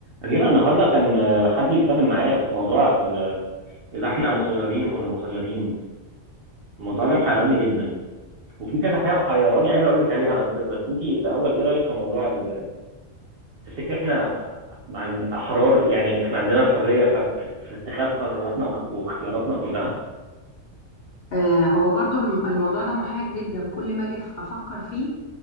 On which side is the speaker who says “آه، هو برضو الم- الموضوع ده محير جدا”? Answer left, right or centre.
Left